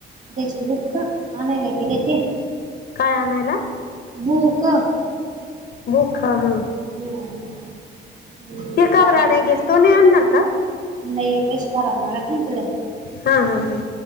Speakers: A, on the right (about 40°); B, on the left (about 55°).
A: त्याचे बुक, आणायला गेले ते.
B: काय आणायला.
A: बुकं
B: बुक हां हां..
A: हम्म. हम्म
B: ते का
A: तो आता
B: बर‌ आणाय गेल, तो नाही आणणार का?
A: नाही पैशे भरावं लागतेन तिकडं.
B: हा हा हा.